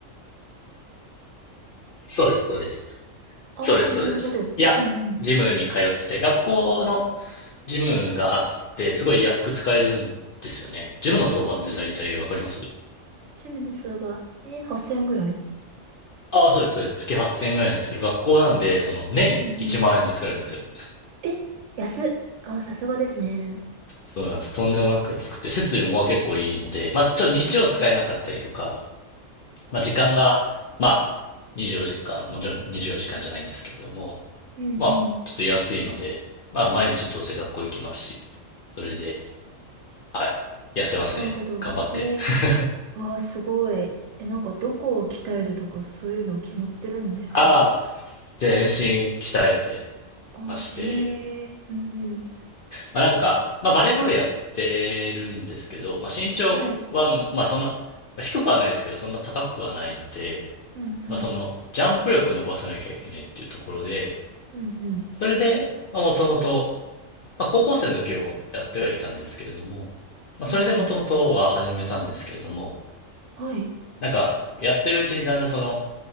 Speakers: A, on the left; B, on the right.
A: そうです、そうです。
B: ああー、
A: そうです、そうです。
B: なるほど。
A: いや、
B: うん
A: ジムに通ってて、学校のジムがあって、すごい安く使えるんですよね。ジムの相場って大体わかります
B: うん。うん。ジムの数は、えー、8000ぐらい
A: ああ、そうです、そうです。月8000円ぐらいなんですけど、学校なんで、その年1万円で使えるんですよ。
B: うんうん。え安っ。あー、さすがですね。
A: そうなんです。とんでもなく安くて、設備もまあ結構いいので、まあちょっと日曜使えなかったりとか、
B: うんうん。
A: まあ時間が、まあ24時間、もちろん24時間じかんじゃないんですけれども、
B: うんうん。
A: まあ、ちょっと安いので、まあ、毎日どうせ学校行きますし、それで、はい、やってますね。
B: なるほど。
A: 頑張って。
B: へえ。
A: <laughs>
B: ああ、すごい。え、なんかどこを鍛えるとかそういうの決まってるんですか
A: ああ、全身鍛えて
B: ああ、
A: まして、
B: へえ。うんうん。
A: まあなんか、まあバレーボールやってるんですけど、まあ身長は、
B: はい。
A: まあそんな、まあ低くはないですけど、そんな高くはないので、
B: うんうん。
A: まあその、ジャンプ力を伸ばさなきゃいけないっていうところで、
B: うんうん。
A: それで、まあもともと、まあ高校生の時をやってはいたんですけれども、まあそれでもともとは始めたんですけれども、
B: うんうん。はい。
A: なんか、やってるうちにだんだんその、